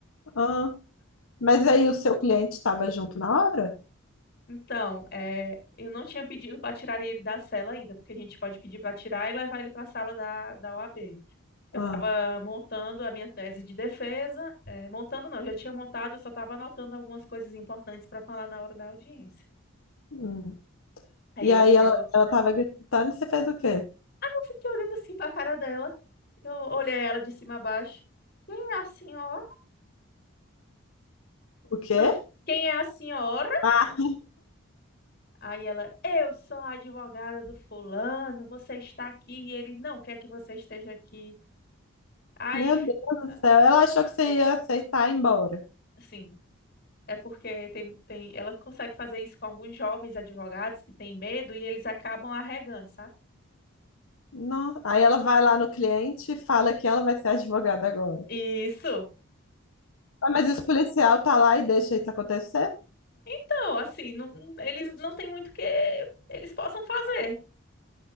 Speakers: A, on the left (about 80°); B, on the left (about 45°).
A: Ah. Mas aí o seu cliente estava junto na hora?
B: Então, é, eu não tinha pedido para tirar ele da cela ainda, porque a gente pode pedir para tirar e levar ele para a sala da, da OAB. Eu
A: Ah,
B: estava montando a minha tese de defesa, é, montando não, já tinha montado, eu só estava anotando algumas coisas importantes para falar na hora da audiência.
A: hum.
B: Aí
A: E
B: ela
A: aí
B: chegou,
A: ela, ela tava gritando e você fez o quê?
B: aí eu fiquei olhando assim para a cara dela, eu olhei ela de cima a baixo. Quem é a senhora?
A: O quê?
B: Não, quem é a senhora?
A: Ah,
B: Aí ela, eu sou a advogada do fulano, você está aqui e ele não quer que você esteja aqui. Aí,
A: meu Deus do
B: ah,
A: céu. Ela achou que você ia aceitar ir embora.
B: sim, é porque tem, tem, ela consegue fazer isso com alguns jovens advogados que têm medo e eles acabam arregando, sabe?
A: Não. Aí ela vai lá no cliente e fala que ela vai ser advogada agora.
B: Isso.
A: Ah, mas esse policial tá lá e deixa isso acontecer?
B: Então, assim, não, eles não têm muito o que eles possam fazer.